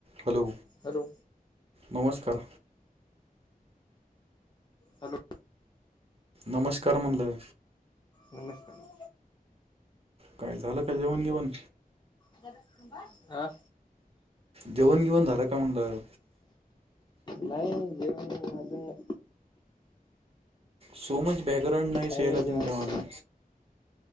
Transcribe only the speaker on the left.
Hello.
hello,
नमस्कार.
दादा तांबा अह,
नाही जेवण अजून नाय.
टाईम
आहे जेवायला.